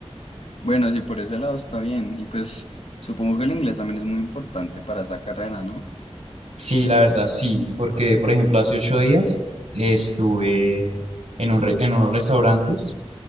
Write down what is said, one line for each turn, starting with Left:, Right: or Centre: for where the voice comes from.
Left: Bueno, sí, por ese lado está bien. Y pues supongo que el inglés también es muy importante para esa carrera, ¿no?
Right: Sí, la verdad, sí, porque por ejemplo hace ocho días estuve en un re- en unos restaurantes